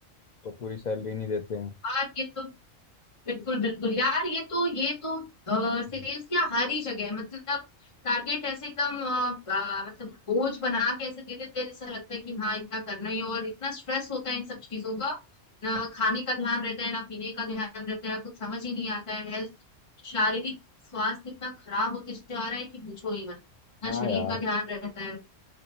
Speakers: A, on the left (about 85°); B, on the left (about 25°).
A: तो पूरी सैलरी नहीं देते हैं
B: यार ये तो बिल्कुल बिल्कुल यार ये तो ये तो सेल्स
A: हम्म।
B: क्या हर ही जगह है मतलब टारगेट ऐसे एकदम अ, अ, मतलब बोझ बना के ऐसे दे देते हैं जैसा लगता है कि हाँ इतना करना ही है और इतना स्ट्रेस होता है इन सब चीजों का ना खाने का ध्यान रहता है ना पीने का ध्यान रहता है कुछ समझ ही नहीं आता है हेल्थ शारीरिक स्वास्थ्य इतना खराब होते जा रहा है कि पूछो ही मत ना
A: हाँ
B: शरीर
A: यार
B: का ध्यान रहता है